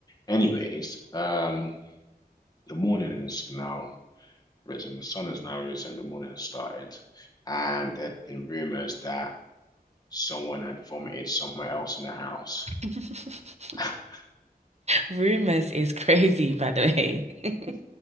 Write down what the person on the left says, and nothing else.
Anyways, um the morning is now. risen. The sun has now risen. The morning has started, and there'd been rumors that someone had vomited somewhere else in the house.
<laughs>